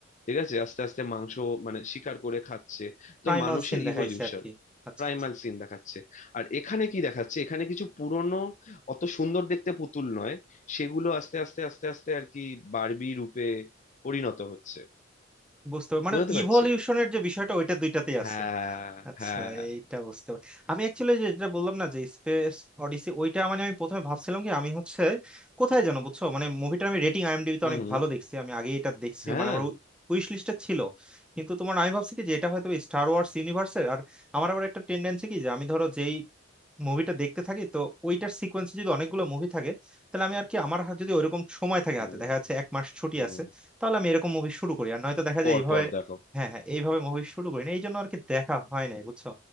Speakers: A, on the left (about 40°); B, in the centre.
A: ঠিক আছে আস্তে আস্তে মাংস মানে শিকার করে খাচ্ছে তো
B: প্রাইমাল
A: মানুষের
B: সিন দেখাইছে
A: ইভলিউশন
B: আর কি আচ্ছা
A: প্রাইমাল
B: আচ্ছা
A: সিন দেখাচ্ছে আর এখানে কি দেখাচ্ছে এখানে কিছু পুরনো অত সুন্দর দেখতে পুতুল নয় সেগুলো আস্তে আস্তে আস্তে আস্তে আর কি বারবি রূপে পরিণত হচ্ছে
B: বুঝতে পার- মানে
A: বুঝতে পারছি
B: ইভলিউশনের যে বিষয়টা ওইটা দুইটাতেই
A: হ্যাঁ
B: আছে আচ্ছা
A: হ্যাঁ
B: এইটা বুঝতে পারি আমি অ্যাকচুয়ালি যেটা বললাম না যে স্পেস অডিসি ওইটা মানে আমি প্রথমে ভাবছিলাম কি আমি হচ্ছে কোথায় জানো বুঝছো মানে মুভিটা আমি রেটিং আইএমডিবিতে
A: হুম
B: অনেক
A: হুম
B: ভালো দেখছি আমি আগে এটা দেখছি
A: হ্যাঁ
B: মানে আমার উইশ লিস্টে ছিল কিন্তু তোমার আমি ভাবছি কি যে এটা হয়তো স্টার ওয়ার্স ইউনিভার্সের আর আমার আবার একটা টেন্ডেন্সি কি যে আমি ধরো যেই মুভিটা দেখতে থাকি তো ওইটার সিকোয়েন্সে যদি অনেকগুলো মুভি থাকে তাহলে আমি আর কি আমার হাতে যদি ওইরকম সময় থাকে
A: হুম
B: হাতে দেখা যাচ্ছে এক মাস ছুটি
A: হুম
B: আছে তাহলে আমি এরকম মুভি শুরু করি আর নয়তো দেখা
A: পর
B: যায় এইভাবে
A: পর দেখো
B: হ্যাঁ হ্যাঁ এইভাবে মুভি শুরু করি না এই জন্য আর কি দেখা হয় নাই বুঝছো